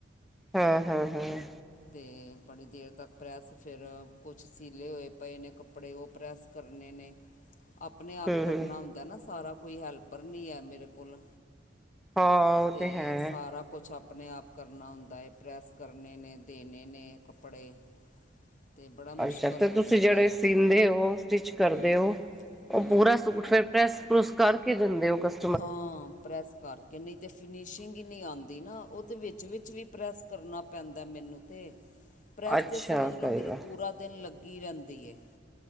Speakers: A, in the centre; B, on the left.
A: ਹਾਂ, ਹਾਂ, ਹਾਂ
B: ਤੇ ਬੜੀ ਦੇਰ ਤੱਕ ਪ੍ਰੈੱਸ ਫਿਰ ਕੁਛ ਸੀਲੇ ਹੋਏ ਪਏ ਨੇ ਕੱਪੜੇ ਉਹ ਪ੍ਰੈੱਸ ਕਰਨੇ ਨੇ ਆਪਨੇ ਆਪ
A: ਹੂੰ
B: ਕਰਨਾ
A: ਹੂੰ
B: ਹੁੰਦਾ ਨਾ ਸਾਰਾ ਕੋਈ ਹੈਲਪਰ ਨੀ ਹੈ ਮੇਰੇ ਕੋਲ।
A: ਹਾਂ ਉਹ
B: ਤੇ
A: ਹੈ
B: ਸਾਰਾ ਕੁਛ ਆਪ ਆਪਣੇ-ਆਪ ਕਰਨਾ ਹੁੰਦਾ ਹੈ, ਪ੍ਰੈੱਸ ਕਰਨੇ ਨੇ, ਦੇਣੇ ਨੇ ਕੱਪੜੇ। ਅਤੇ ਬੜਾ ਮੁਸ਼ਕਿਲ
A: ਅੱਛਾ, ਤੇ
B: ਹੋ
A: ਤੁਸੀਂ
B: ਜਾਂਦਾ
A: ਜਿਹੜੇ
B: ਹੈ
A: ਸੀਂਦੇ ਹੋ, ਸਟਿਚ ਕਰਦੇ
B: ਹੂੰ
A: ਹੋ। ਉ
B: ਹੂੰ
A: ਪੂਰਾ ਸੂਟ ਫੇਰ ਪ੍ਰੈਸ-ਪ੍ਰੂਸ ਕਰਕੇ ਦਿੰਦੇ ਹੋ ਕਸ
B: ਹਾਂ ਪ੍ਰੈਸ ਕਰਕੇ, ਨਹੀਂ ਤੇ ਫਿਨਿਸ਼ਿੰਗ ਹੀ ਨਹੀਂ ਆਂਦੀ ਨਾ, ਉਹ ਤੇ ਵਿੱਚ-ਵਿੱਚ ਵੀ ਪ੍ਰੈਸ ਕਰਨਾ ਪੈਂਦਾ ਏ ਮੈਨੂੰ ਤੇ ਪ੍ਰੈੱਸ
A: ਅੱਛਾ
B: 'ਤੇ ਸਮਝ ਲਓ
A: ਕਰੇਗਾ
B: ਮੇਰੀ ਪੂਰਾ ਦਿਨ ਲੱਗੀ ਰਹਿੰਦੀ ਏ।